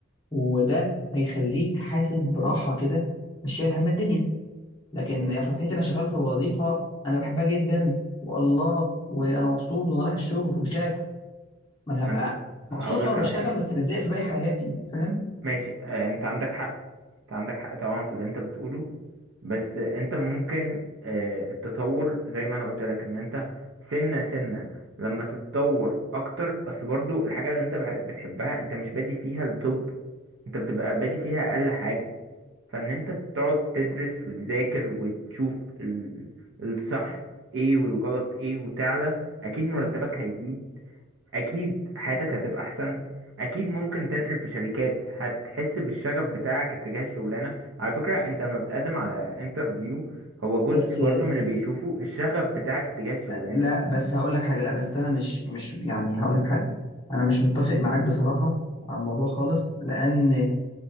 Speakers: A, on the left; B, on the right.
A: وده هيخليك حاسس براحه كده مش شايل هم الدنيا لكن
B: يعني
A: يا فرحتي انا شغال في وظيفه انا بحبها جدا والله وانا مبسوط وانا رايح الشغل ومش لاقي اكل ما انا
B: هن...
A: هبقى
B: هقول
A: مبسوط
B: لك
A: وانا بشتغل
B: على حاجة
A: بس متضايق في باقي حياتي فاهم
B: ماشي آه، انت عندك حق انت عندك حق طبعا في اللي انت بتقوله بس آه، انت ممكن آه، التطور زي ما انا قلت لك ان انت سنة سنة لما تتطور اكتر اصل برضو الحاجة اللي انت بح- بتحبها انت مش بادي فيها التوب انت بتبقى بادي فيها اقل حاجة فان انت تقعد تدرس وتذاكر وتشوف ال- الصح ايه والغلط ايه وتعلى اكيد مرتبك هيزيد اكيد حياتك هتبقى احسن اكيد ممكن تنقل في شركات هتحس بالشغف بتاعك اتجاه الشغلانه على فكره انت لما بتقدم على انترفيو هو جزء
A: بس
B: برضو من اللي بيشوفه الشغف بتاعك اتجاه الشغلانه
A: لا بس هقول لك حاجه لا بس انا مش مش يعني هقول لك حاجه انا مش متفق معاك بصراحه على الموضوع خالص لان